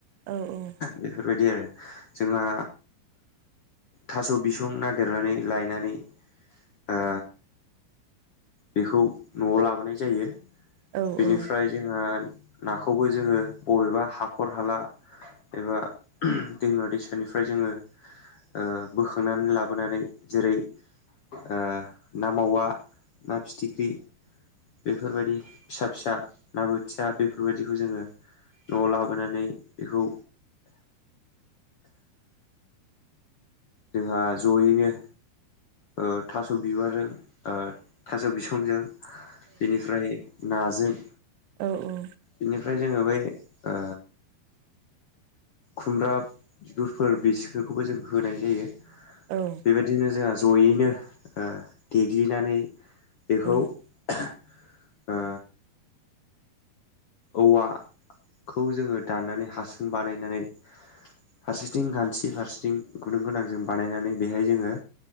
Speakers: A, on the right; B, on the left.
A: औ औ।
B: बेफोरबायदि आरो जोंहा थास' बिसं नागिरनानै लायनानै ओ बेखौ न'आव लाबोनाय जायो।
A: अ ओ
B: बेनिफ्राय
A: आदसा
B: जोंहा नाखौबो जोङो बबेबा हाखर हाला एबा दैमा दैसानिफ्राय जोङो ओ बोखांनानै लाबोनानै जेरै ओ ना मावा ना फिथिख्रि बेफोरबायदि फिसा फिसा ना बोथिया बेफोरबायदिखौ जोङो न'आव लाबोनानै बेखौ जोंहा जयैनो ओ थास' बिबारजों, ओ थास' बिसंजों बेनिफ्राय नाजों
A: औ औ।
B: बिनिफ्राय जोङो बै ओ खुमब्रा बिगुरफोर बेसोरखौबो जों होनाय जायो।
A: औ।
B: बेबायदिनो जोंहा जयैनो ओ देग्लिनानै
A: ओ
B: बेखौ ओ औवाखौ जोङो दाननानै हासुं बानायनानै फारसेथिं गानथि फारसेथिं गुदुं गोनां बानायनानै बेहाय जोङो